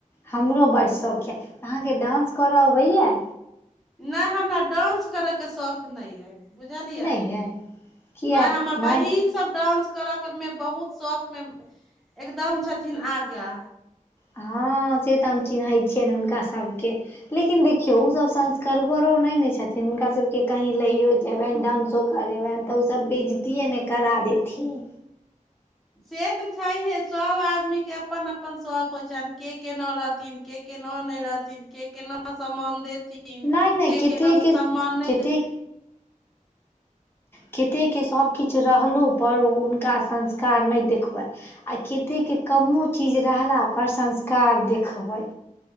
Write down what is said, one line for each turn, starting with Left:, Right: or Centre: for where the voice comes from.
Left: हमरो बड्ड शौक यऽ तऽ अहाँके डा्स करऽ अबैया
Centre: नहि हमरा डान्स करयके शौख नहि अइ बुझलियै
Left: नहि यै किया
Centre: नहि हमर
Left: नहि
Centre: बहिन सब डानंस करऽ के मे बहुत शौख मे एकदम छथिन आगा
Left: हँ से तऽ हम चिन्हैत छियनि हुनका सभके लेकिन देखियो ओसभ संस्कार गोरो नहि ने छथिन हुनका सबके कहीं लैयो जेबनि डानंसो करेबनि तऽ ओसभ बेजतिये ने करा देथिन
Centre: से तऽ छैहे सभ आदमी के अपन अपन शौक हो छन के केना रहथिन के केना नहि रहथिन के केना सम्मान देथिन
Left: नहि नहि
Centre: के
Left: कतेके
Centre: केना सम्मान नहि
Left: कतेक
Centre: देथिन
Left: केतेके सबकिछु रहलो पर हुनका संस्कार नहि देखबै आ कतेक कम्मो चीज रहलाप संस्कार देखबै